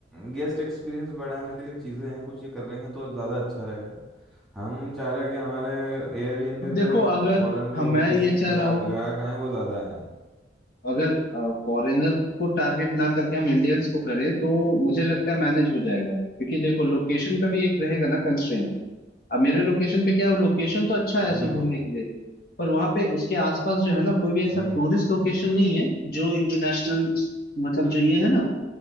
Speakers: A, in the centre; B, on the left.
A: गेस्ट एक्सपीरियंस बढ़ाने के लिए चीज़ें हैं कुछ ये कर रहेंगे तो ज़्यादा अच्छा रहेगा हम चाह रहे हैं कि हमारे एयरबीएनबी
B: अब देखो
A: पे
B: अगर
A: फॉरेन जो
B: हम मैं
A: विदेशी
B: ये चाह
A: ग्रा,
B: रहा हूँ
A: ग्राहक आए वो ज़्यादा हैं
B: अगर फॉरेनर को टारगेट ना करके हम इंडियंस को करें तो मुझे लगता है मैनेज हो जाएगा क्योंकि देखो लोकेशन का भी एक रहेगा ना कंस्ट्रेंट अब मेरे लोकेशन पे क्या है लोकेशन तो अच्छा है ऐसे
A: बिल्कुल
B: घूमने के लिए पर वहां पे उसके आसपास जो है ना कोई भी ऐसा
A: हम्म
B: टूरिस्ट लोकेशन नहीं है जो इंटरनेशनल मतलब जो ये है ना